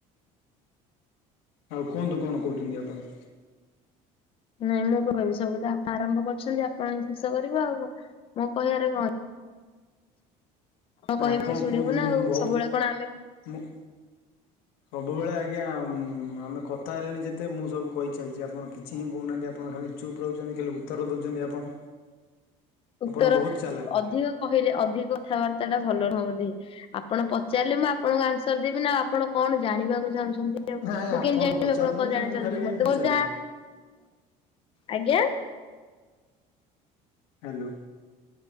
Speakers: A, on the left (about 80°); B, on the left (about 35°).
A: ଆଉ କୁହନ୍ତୁ କଣ କହୁଛନ୍ତି ଆପଣ?
B: ନାଇଁ ମୁଁ ତ କହିବି ସବୁ ତ ଆପଣ ଆରମ୍ଭ କରିଛନ୍ତି ଆପଣ ଶେଷ କରିବେ ଆଉ ମୋ କହିବାରେ କଣ ଅଛି?
A: ନାଇଁ
B: କହିବେ
A: ଆପଣ
B: ଆମେ ଶୁଣିବୁ
A: କୁହନ୍ତୁ
B: ନା
A: ମୁ
B: ଆଉ
A: ବହୁତ
B: ସବୁବେଳେ କଣ ଆମେ
A: ସବୁବେଳେ ଆଜ୍ଞା ଆମେ କଥା ହେଲେନି ଯେତେ ମୁଁ ସବୁ କହିଚାଲିଛି ଆପଣ କିଛି ହିଁ କୋହୁନାହାନ୍ତି ଆପଣ ଖାଲି ଚୁପ୍ ରହୁଛନ୍ତି ଖାଲି ଉତ୍ତର ଦେଉଛନ୍ତି ଆପଣ।
B: ଉତ୍ତର
A: ଆପଣ ବହୁତ ଚାଲାକ୍।
B: ଅଧିକ କହିଲେ ଅଧିକ କଥାବାର୍ତ୍ତା ଟା ଭଲ ନୁହ ବୋଧେ। ଆପଣ ପଚାରିଲେ ମୁଁ ଆପଣଙ୍କୁ ଆନ୍ସର ଦେବି ନା ଆପଣ କଣ ଜାଣିବାକୁ ଚାହୁଁଛନ୍ତି?
A: ନାଇଁ
B: ମୁଁ
A: ଆପଣ
B: କେମିତି ଜାଣିବି
A: ପଚାରୁନାହାନ୍ତି
B: ଆପଣ କଣ ଜାଣିବାକୁ
A: ମୁଁ
B: ଚାହୁଁଛନ୍ତି
A: ଖାଲି କାହିଁ
B: ମତେ
A: ପଚାରିବି
B: କହିଥିବା ଆଜ୍ଞା।
A: ହାଲୋ।